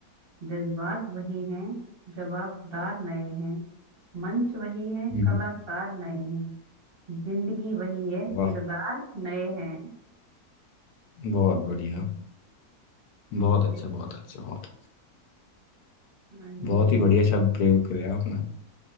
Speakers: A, on the right; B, on the left.
A: जज्बात वही हैं जवाबदार नए हैं मंच वही है
B: हम्म,
A: कलाकार नए हैं जिंदगी वही है
B: वाह
A: किरदार नए हैं
B: बहुत बढ़िया बहुत
A: तो
B: अच्छा बहुत अच्छा बहुत
A: हाँ ये
B: बहुत ही बढ़िया शब्द प्रयोग करे आपने